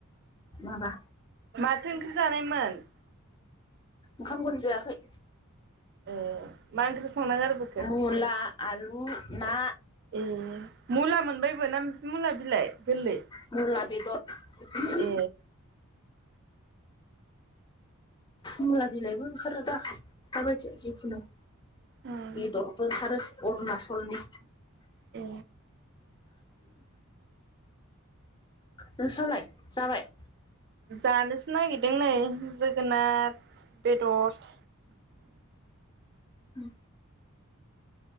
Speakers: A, on the left (about 20°); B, on the right (about 50°).
A: माबा
B: माथो ओंख्रि जानायमोन?
A: ओंखाम खौनो जायाखै
B: ओ मा ओंख्रि संना गारबो
A: मुला, आलु, ना
B: ए मुला मोनबायबो ना मुला बिलाइ गोरलै
A: मुला बेदर
B: ए
A: मुला बिलाइबो ओंखारो दा दाबायदियाव जिखुनु
B: उम
A: बेदरबो ओंखारो अरुणाच चलनि
B: ए
A: नोंस्रालाय जाबाय?
B: जानोसो नागिरदों नै जोगोनाद बेदद
A: उ